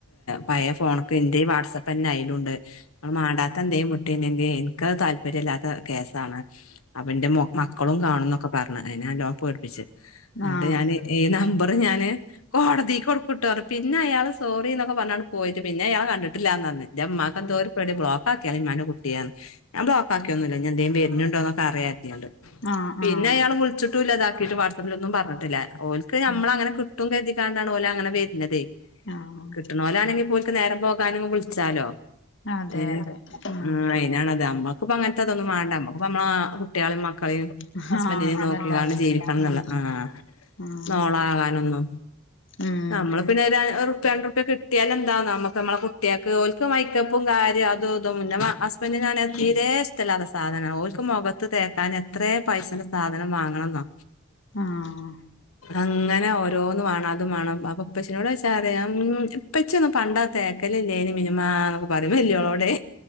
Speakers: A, on the left; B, on the left.
A: പയേ ഫോണ് ക്ക് ന്റെ ഈ വാട്സആപ്പ പ്പന്നെഅയ്ലുണ്ട്. ങ്ങള് മാണ്ടാത്ത ന്തേം വിട്ടിൻഡെങ്കി ഇൻക്കത് താൽ ല്പര്യംല്ലാത്ത കേസാണ്. അപ്പന്റെ മക്കളും കാണുംന്നൊക്കെ പർഞ്. അയ്നെ നല്ലോം പേട്പ്പിച് ന്നട്ട്
B: ആഹ്
A: ഞാന് ഈ നമ്പറ് ഞാന് കോടതി കൊടുക്കുട്ടോ പറഞ്ഞു പിന്നെ അയാള് സോറിന്നൊക്കെ പറഞ്ഞണ് പോയിട്ട് പിന്നെ അയാൾ കണ്ടിട്ടില്ലാന്നറഞ്ഞെ ഇന്റെ ഇമ്മാക്ക് എന്തോര് പേ പേട്യ.. ബ്ലോക്കാക്കിയാളി മ്മാന്റെ കുട്ടി അർഞ്. ഞാൻ ബ്ലോക് ക്കാക്കിയൊന്നുല്ല. ഇനി എന്തേം വര്ന്ണ്ടോന്നൊക്കെ അറിയാര്തിയാണ്ട്.
B: ആഹ്
A: പിന്നയാള്
B: ആഹ്
A: വിൾച്ചിട് കിട്ടൂല്ല ഇതാക്കിറ്റ് വാട്സപ്പിലൊന്നും പറഞ്ഞിട്ടില്ല ഓൽക്ക് ഞമ്മളത്
B: ഉം
A: അങ്ങനെ കിട്ടും കരുതിക്കാണ്ടാണ് ഓല അങ്ങനെ വര്നെതെ
B: ആഹ്
A: കിട്ട്ണോലാണെങ്കി പ്പോല്ക് നേരം പോകാന്ങ്ങനെ വിൾച്ചാലോ
B: അതെ
A: ഏഹ്
B: അതെ ആഹ്
A: ആ അതിനാണ അത് അമ്മക്ക്പ്പൊ അങ്ങൻത്തെ ഇതൊന്നും വാണ്ട അമ്മക്ക് ഇപ്പൊ അമ്മളെ മാ കുട്ടിയാളിം മക്കളിം
B: ആഹ്
A: ഹസ്ബൻഡിനിം
B: പിന്നല്ലാതെ
A: നോക്കിക്കാണ്ട് ജീവിക്കണം എന്നുള്ള
B: ഉം
A: ആഹ്
B: ഉം
A: നോളാവാനൊന്നും..
B: ഉം
A: അമ്മള് പിന്നെ ഒരു റുപ്യ രണ്ട് റുപ്യ കിട്ടിയാലെന്താന്ന അമ്മക്ക് അമ്മെളെ കുട്ടിയാക്ക് ഓൽക്ക് മേക്കപ്പും കാര്യം അതുഇ തും ഇന്റെ ഹസ്ബൻഡിനാണെ അത് തീരെ ഇഷ്ടല്ലാത്ത സാനാണ് ഓൽക്ക് മൊഖത്ത്. തേക്കാനേത്രേ പൈസന്റെ സാധനം വാങ്ങണം ന്നൊ?
B: ആഹ്
A: അങ്ങനെ ഓരോന്ന് വാണം. അത് വാണം അതൊക്കെ ഇപ്പച്ചിനോട് ചോയിച്ചാ പറിം ഉം ഇപ്പച്ചിയൊന്നും പണ്ടത് തേക്കലില്ലേനി മിനുമ്മാ എന്നൊക്കെ പറയും വലിയോളോടെ